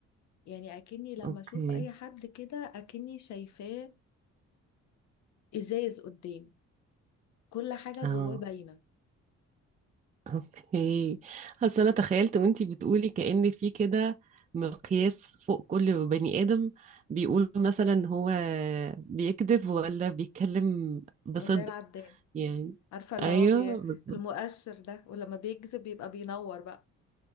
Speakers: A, on the left; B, on the right.
A: يعني أكني لما
B: اوكي
A: أشوف أي حد كده أكني شايفاه إزاز قدام كل حاجة
B: اه
A: جواه باينة
B: اوكي اصل انا تخيلت وانتي بتقولي كأن في كده مقياس فوق كل بني آدم بيقول مثلا هو بيكذب ولا بيتكلم بصدق
A: زي العداد
B: يعني
A: عارفة اللي
B: ايوه
A: هو بي...
B: بالظبط
A: المؤشر ده ولما بيكذب يبقى بينور بقى